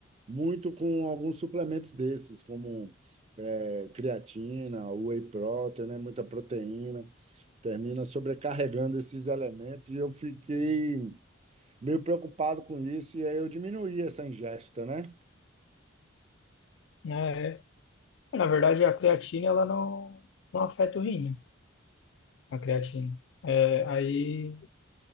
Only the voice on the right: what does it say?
muito com alguns suplementos desses, como eh, creatina, whey protein, né? Muita proteína. Termina sobrecarregando esses elementos e eu fiquei meio preocupado com isso, e aí eu diminuí essa ingesta, né?